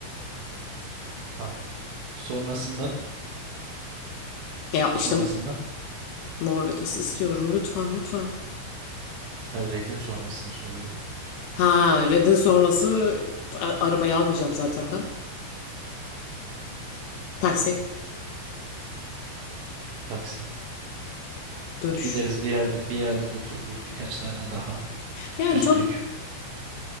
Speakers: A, on the right (about 65°); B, on the left (about 70°).
A: Tamam. Sonrasında
B: Ya işte
A: sonrasında
B: Mor ve Ötesi istiyorum lütfen lütfen.
A: hayır Red'in sonrasını soruyorum.
B: Ha Red'in sonrası a- arabayı almayacağım zaten ben. Taksi
A: Taksi.
B: dönüş.
A: Gideriz bir yerde bir yerde otururuz birkaç tane daha
B: Yani
A: üstlük.
B: tam